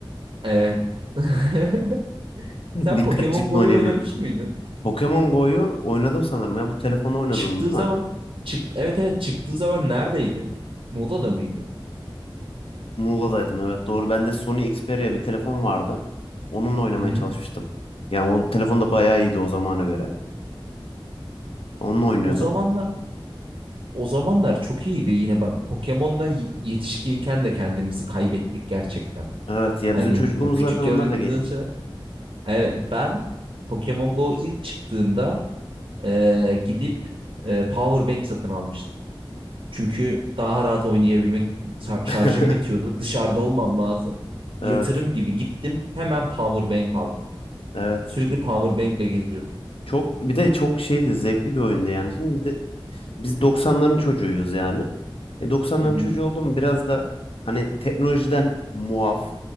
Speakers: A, on the right; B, on the left.
A: Evet. <laughs>
B: <laughs>
A: Sen
B: Dikkat
A: Pokemon
B: ciple
A: Go'yu
B: oynayabilir.
A: oynamış mıydın?
B: Pokemon Go'yu oynadım sanırım ya. Bu telefonla oynadın
A: Çıktığı
B: değil
A: zaman
B: mi?
A: çık evet evet çıktığı zaman neredeydin? Muğla'da mıydın?
B: Muğla'daydım evet doğru. Bende Sony Xperia bir telefon vardı. Onunla oynamaya
A: Hı hı.
B: çalışmıştım. Yani o telefon da bayağı iyiydi o zamana göre. Onunla oynuyordum.
A: O zamanlar o zamanlar çok iyiydi. Yine ben Pokemon'la y- yetişkinken de kendimizi kaybettik gerçekten.
B: Evet ya
A: Hani
B: bizim çocukluğumuz
A: küçükken
B: zaten onlarla
A: oynadığımız
B: geçti.
A: şeyler. Evet ben Pokemon Go ilk çıktığında eee, gidip eee, power bank satın almıştım. Çünkü daha rahat oynayabilmek şar-
B: <laughs>
A: şarjım bitiyordu. Dışarıda olmam lazım.
B: Evet.
A: Yatırım gibi gittim hemen power bank aldım.
B: Evet.
A: Sürekli power bank'le geziyordum.
B: Çok bir de çok şeydi zevkli bir oyundu yani. Şimdi bir de biz 90'ların çocuğuyuz yani. E 90'ların
A: Hı hı.
B: çocuğu oldum biraz da hani teknolojiden muaf.